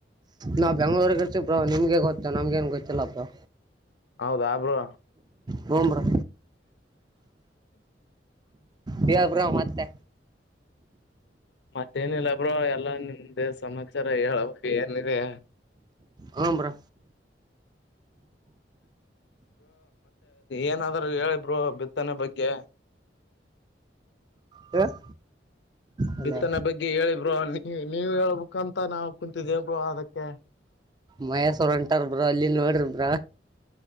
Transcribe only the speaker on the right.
ನಾ ಬೆಂಗ್ಗಳೂರ್ ಇರ್ತಿೀ ಬ್ರೋ ನಿಮ್ಗೆ ಗೊತ್ತ ನಮ್ಗೆ ಏನ್ ಗೊತ್ತಿಲ್ಲ ಬ್ರೋ
ಹ್ಮ್ ಬ್ರೋ ಹೇಳ್ ಬ್ರೋ ಮತ್ತೆ
ಹೂ ಬ್ರೋ
ಹೇಳ್ ಹಲೋ
ಮಹೇಶ್ವರ್ ಹೊಂಟಾರ್ಬ್ರ ಅಲ್ಲಿ ನೋಡ್ರಬ್ರ